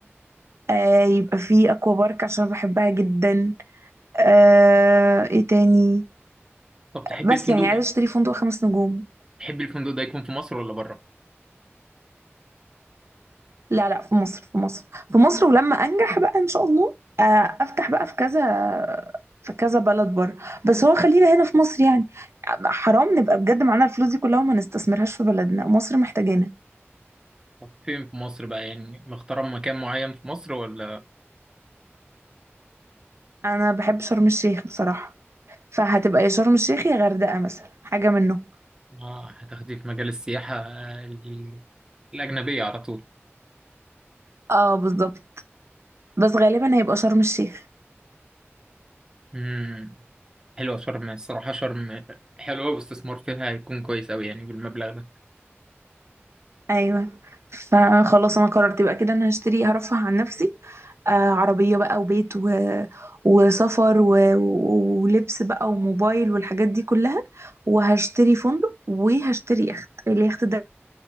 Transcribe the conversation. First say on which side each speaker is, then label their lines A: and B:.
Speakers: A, on the right; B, on the right.
A: آه، يبقى في اكوا بارك عشان بحبها جدا آه، ايه تاني
B: طب تحب
A: بس
B: الفندق
A: يعني
B: ده
A: عايزه اشتري فندق خمس نجوم
B: تحب الفندق ده يكون في مصر ولا بره
A: لا لا في مصر في مصر في مصر ولما انجح بقى ان شاء الله آه، افتح بقى في كذا في كذا بلد بره بس هو خلينا هنا في مصر يعني حرام نبقى بجد معانا الفلوس دي كلها وما نستثمرهاش في بلدنا مصر محتاجانا
B: طب فين في مصر بقى يعني مختار مكان معين في مصر ولا
A: انا بحب شرم الشيخ بصراحه فهتبقى يا شرم الشيخ يا غردقه مثلا حاجه منهم
B: اه هتاخديه في مجال السياحة آه، ال- الأجنبية على طول
A: اه بالظبط بس غالبا هيبقى شرم الشيخ
B: امم حلوة شرم الصراحة شرم حلوة واستثمار فيها هيكون كويس أوي يعني بالمبلغ ده
A: ايوه فخلاص انا قررت يبقى كده انا هشتري هرفه عن نفسي آه عربيه بقى وبيت و... وسفر و... ولبس بقى وموبايل والحاجات دي كلها وهشتري فندق وهشتري يخت اليخت ده